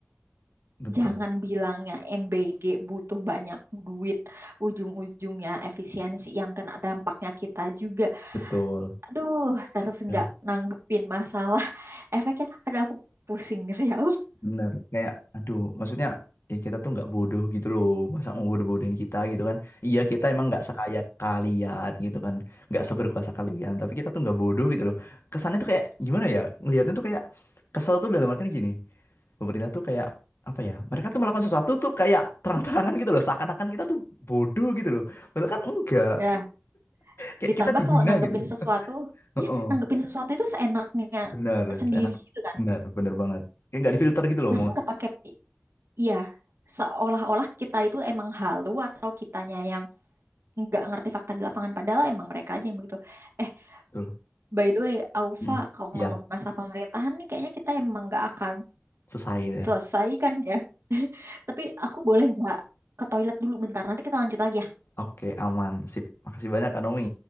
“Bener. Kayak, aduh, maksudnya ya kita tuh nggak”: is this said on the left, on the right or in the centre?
Left